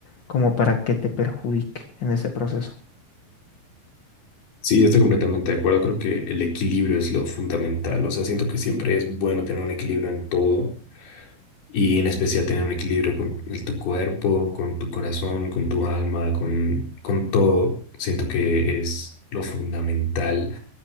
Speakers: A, on the left; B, on the left.
A: como para que te perjudique en ese proceso.
B: Sí, estoy completamente de acuerdo. Creo que el equilibrio es lo fundamental. O sea, siento que siempre es bueno tener un equilibrio en todo Y en especial tener un equilibrio con el- tu cuerpo, con tu corazón, con tu alma, con, con todo. Siento que es lo fundamental